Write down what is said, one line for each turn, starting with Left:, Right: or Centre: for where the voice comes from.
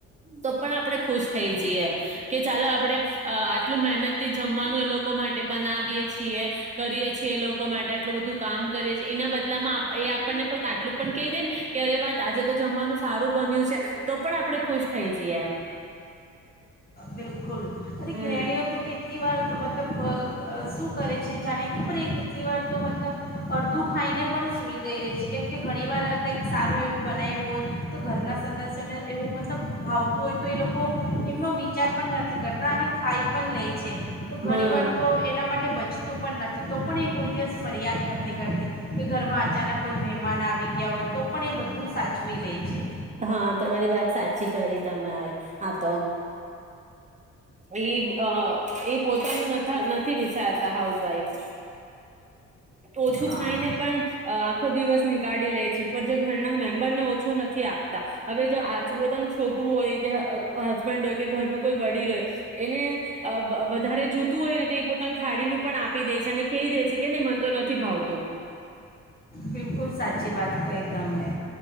Right: તો પણ આપડણે ખુશ થઈ જઈએ. કે ચાલો આપડણે આહ આટલું મહેનત થી જમવાનું એ લોકો માટે બનાવીએ છીએ. કરીએ છીએ એ લોકો માટે આટલું બધું કામ કરીએ છીએ એના બદલામાં આપ એ આપણને કોઈ કા એટલું પણ કહી દે ને કે અરે વાત આજે તો જમવાનું સારું બન્યું છે. તો પણ આપણે ખુશ થઈ જઈએ.
Left: બિલકુલ
Right: હમ
Left: અને ગ્રેહણીઓ તો કેટલી વાર મતલબ અહ અહ શું કરે છે જાણે ખબર કેટલી વાર તો મતલબ અડધું ખાઈને પણ સુઈ ગઈએ કેમ કે ઘણી વાર કઈક સારું એવું બનાઈ હોય તો ઘરના સદસ્યને એવું મતલબ ભાવતું હોય તો એ લોકો એમનો વી કેર પણ નથી કરતા અને ખાઈ પણ લે છે, તો ઘણી
Right: હા
Left: વાર તો એના માટે બચતું પણ નથી તો પણ એ કોઈ દિવસ ફરિયાદ નથી કરતી કે ઘરમાં. અચાનક કોઈ મહેમાન આવી ગયા હોય તો પણ એ બધું સાચવી લે છે
Right: હા તમારી વાત સાચી. કરી તમારે આા તો. એ અ એ પોતાનું નથ થી વિચારતા હાઉસવાઈફ. ઓછું
Left: હા
Right: ખાઈને પણ આખો દિવસ નીકાળી લે છે પણ જો ઘરના મેમ્બરને છું નથી આપતા હવે આજ પોતાનું છોકરું હોય કે હસબન્ડ હોય કે ઘરનું કોઈ વડીલ હોય. એને વધારે જોતું હોય ને તો એ પોતાની થાળીનું પણ આપી દે છે અને કહી દે છે કે નને મન તો નથી ભાવતું.
Left: બિલકુલ સાચી વાત કહી તમને